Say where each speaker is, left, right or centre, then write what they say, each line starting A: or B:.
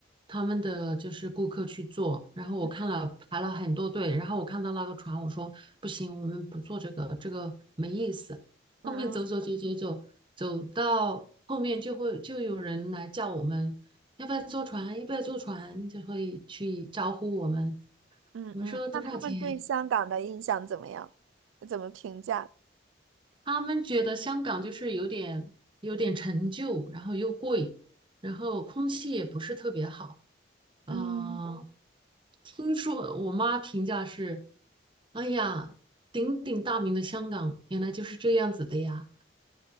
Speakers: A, on the right; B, on the right.
A: 他们的就是顾客去做。然后我看了排了很多队，
B: 嗯
A: 然后我看到那个船，我说不行，我们不坐这个，这个没意思。后面走走走走走，
B: 嗯嗯
A: 走到后面就会就有人来叫我们，要不要坐船？要不要坐船？就会去招呼我们。
B: 嗯嗯，
A: 我们说多少钱？
B: 那他们对香港的印象怎么样？怎么评价？
A: 他们觉得香港就是有点有点陈旧，然后又贵，然后空气也不是特别好。呃，
B: 嗯，
A: 听说我妈评价是，哎呀，鼎鼎大名的香港原来就是这样子的呀。